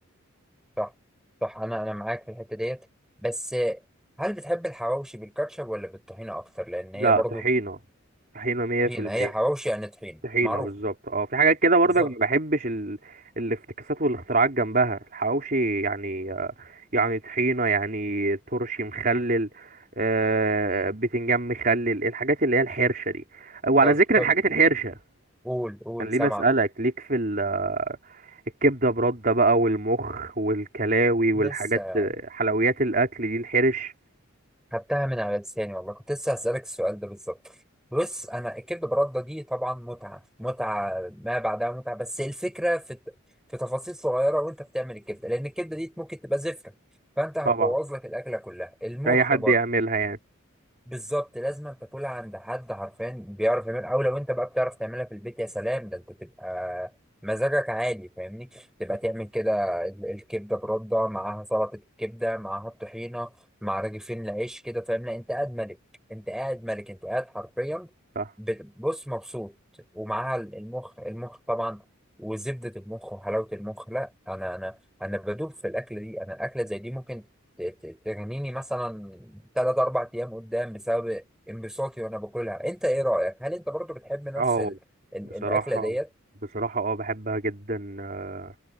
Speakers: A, in the centre; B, on the right.
A: صح صح انا انا معاك في الحته ديت بس هل بتحب الحواوشي بالكاتشب ولا بالطحينه اكتر لان
B: لا
A: هي برضو
B: طحينة طحينة مية
A: طحينه
B: في المية
A: هي حواوشي يعني طحينه
B: طحينة
A: معروف
B: بالظبط اه في حاجات كده برضك
A: بالظبط
B: ما بحبش ال... الافتكاسات والاختراعات جنبها الحواوشي يعني آه، يعني طحينة يعني ترشي مخلل آه، بتنجان مخلل الحاجات اللي هي الحرشة دي وعلى
A: طب
B: ذكر
A: طب
B: الحاجات الحرشة
A: قول قول
B: خليني
A: سامعك
B: اسالك ليك في ال- الكبده برده بقى والمخ والكلاوي والحاجات
A: لسه
B: حلويات الاكل دي الحرش
A: خدتها من على لساني والله كنت لسه هسألك السؤال ده بالظبط بص انا الكبد برده دي طبعا متعه متعه ما بعدها متعه بس الفكره في الت- في تفاصيل صغيره وانت بتعمل الكبده لان الكبده دي ممكن تبقى زفره فانت هتبوظ
B: طبعا
A: لك الاكله كلها المخ
B: اي حد
A: برضه
B: يعملها يعني
A: بالظبط لازم تاكلها عند حد عارفان بيعرف يعمل او لو انت بقى بتعرف تعملها في البيت يا سلام ده انت تبقى مزاجك عالي فاهمني تبقى
B: مم.
A: تعمل كده ال- الكبده برده معاها سلطه الكبده معاها الطحينه مع رغيفين العيش كده فاهم لا انت قاعد ملك انت قاعد ملك انت قاعد حرفيا
B: صح
A: بتبص مبسوط ومعاها ال- المخ المخ طبعا وزبده المخ وحلاوه المخ لا انا انا انا بدوب في الاكله دي انا الاكله زي دي ممكن ت- ت- ترميني مثلا ثلاث اربع ايام قدام بسبب انبساطي وانا باكلها انت ايه رايك هل انت برضو بتحب نفس
B: اه
A: ال... ال...
B: بصراحه
A: الاكله ديت
B: بصراحه اه بحبها جدا آه،